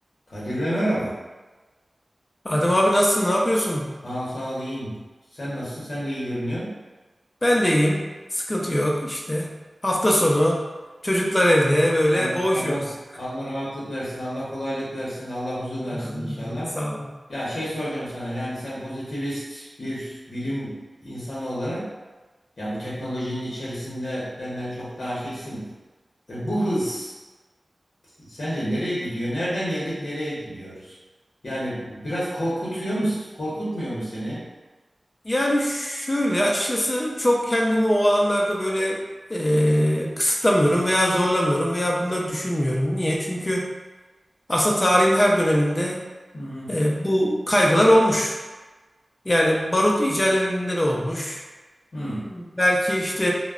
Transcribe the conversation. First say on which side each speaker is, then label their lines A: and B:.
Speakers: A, on the left; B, on the left.
A: Kadir Bey merhaba.
B: Adem abi nasılsın? Ne yapıyorsun?
A: Sağ ol, sağ ol, iyiyim. Sen nasılsın? Sen de iyi görünüyor.
B: Ben de iyiyim. Sıkıntı yok işte. Hafta sonu çocuklar evde böyle
A: Allah
B: boğuşuyoruz.
A: Allah Allah rahatlık versin, Allah kolaylık versin, Allah huzur versin
B: Anladım,
A: inşallah.
B: Sağ olun.
A: Ya şey soracağım sana. Yani sen pozitivist bir bilim insanı olarak ya bu teknolojinin içerisinde benden çok daha şeysin. E, bu hız sence nereye gidiyor? Nereden geldik, nereye gidiyoruz? Yani biraz korkutuyor mu, korkutmuyor mu seni?
B: Yani şöyle açıkçası çok kendimi o alanlarda böyle e, kısıtlamıyorum veya zorlamıyorum veya bunları düşünmüyorum. Niye? Çünkü aslında tarihin her döneminde
A: Hı
B: e, bu kaygılar olmuş. Yani barut icat elinde de olmuş.
A: hı.
B: Belki işte